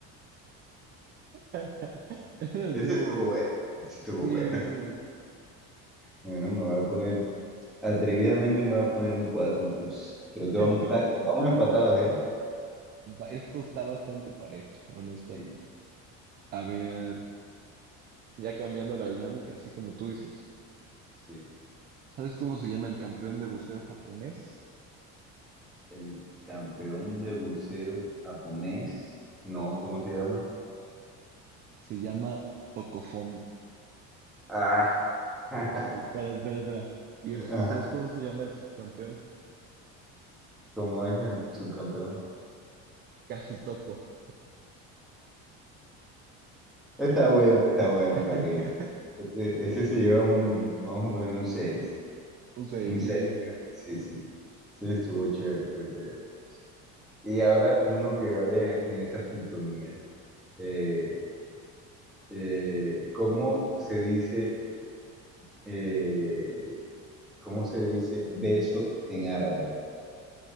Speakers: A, on the right; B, in the centre.
A: <laughs> Estuvo
B: Ese estuvo
A: bueno.
B: bueno, ese estuvo
A: Sí,
B: bueno.
A: sí,
B: Bueno, me voy a poner, atrevidamente me voy a poner un 4 entonces. Creo que
A: sí.
B: vamos, ca- vamos empatados, ¿eh?
A: <laughs> Va- Esto está bastante parejo, honestamente.
B: Sí,
A: A ver, ya cambiando la dinámica, así como tú dices.
B: sí.
A: ¿Sabes cómo se llama el campeón de buceo japonés?
B: El campeón de buceo japonés, no, ¿cómo se llama?
A: Se llama Toco Fondo.
B: Ah, <laughs>
A: Espera, espera, espera. ¿Y,
B: ajá.
A: el- y sabes cómo se llama el subcampeón?
B: ¿Cómo es el subcampeón?
A: Casi Toco.
B: Está bueno, está bueno,
A: <laughs>
B: ¿para qué? Ese, ese se lleva un, vamos a poner un 6,
A: O sea,
B: un
A: dice
B: 6. creo. Sí, sí. Sí, estuvo chévere, estuvo chévere. Y ahora uno que vaya en, en esa sintonía, eh, eh, ¿cómo se dice, eh, cómo se dice beso en árabe?